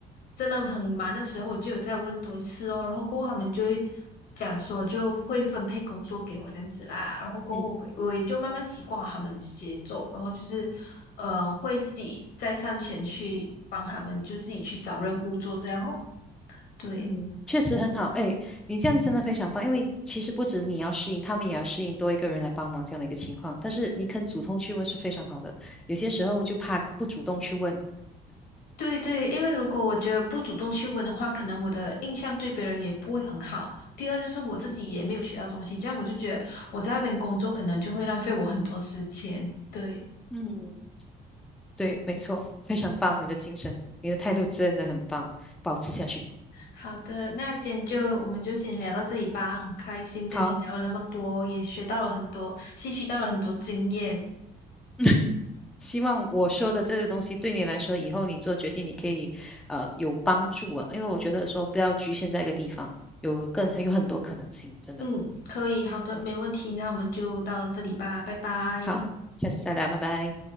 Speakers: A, on the left; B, in the centre.
A: 真的很忙的时候，我就有再问多一次哦，然后过后他们就会讲说就会分配工作给我这样子啦，然后过后我我也就慢慢习惯了他们的节奏，
B: 嗯
A: 然后就是呃会自己再上前去帮他们，就自己去找任务做这样哦，对。
B: 嗯，确实很好。哎，你这样真的非常棒，因为其实不止你要适应，他们也要适应多一个人来帮忙这样的一个情况。但是你肯主动去问是非常好的，有些时候就怕不主动去问。
A: 对对，因为如果我觉得不主动去问的话，可能我的印象对别人也不会很好。第二就是我自己也没有学到东西，
B: 嗯。
A: 这样我就觉得我在那边工作可能就会浪费我很多时间。对。
B: 嗯，对，没错，非常棒，你的精神，你的态度真的很棒，保持下去。
A: 好的，那今天就我们就先聊到这里吧。很开心跟你聊了那么多，
B: 好，
A: 也学到了很多，吸取到了很多经验。
B: <laughs> 希望我说的这个东西对你来说，以后你做决定，你可以呃有帮助啊，因为我觉得说不要局限在一个地方，有更有很多可能性，真的。
A: 嗯，可以，好的，没问题。那我们就到这里吧，拜拜。
B: 好，下次再聊，拜拜。